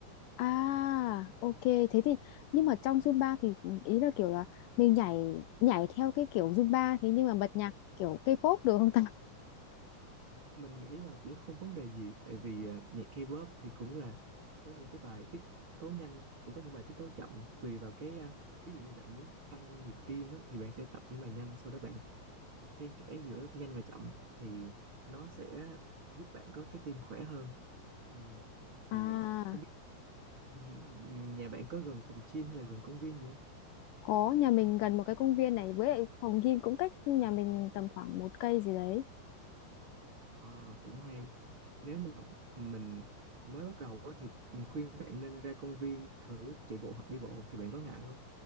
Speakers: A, on the left (about 80°); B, on the right (about 35°).
A: À, ok. Thế thì nhưng mà trong Zumba thì ý là kiểu là mình nhảy nhảy theo cái kiểu Zumba thế nhưng mà bật nhạc kiểu K-pop được không ta?
B: mình nghĩ là cũng không vấn đề gì tại vì ờ, nhạc K-pop thì cũng là có những cái bài tiết tấu nhanh cũng có những bài tiết tấu chậm tùy vào cái ờ, ví dụ như bạn muốn tăng nhịp tim á, thì bạn sẽ tập những bài nhanh sau đó bạn xen kẽ giữa nhanh và chậm thì nó sẽ giúp bạn có cái tim khỏe hơn ừ. thì
A: À,
B: ờ, không biết <laughs> nhà bạn có gần phòng gym hay là gần công viên gì không
A: có nhà mình gần một cái công viên này với lại phòng gym cũng cách nhà mình tầm khoảng một cây gì đấy.
B: Ờ, cũng hay nếu mà mình mới bắt đầu á, thì mình khuyên bạn nên ra công viên thử chạy bộ hoặc đi bộ thì bạn có ngại không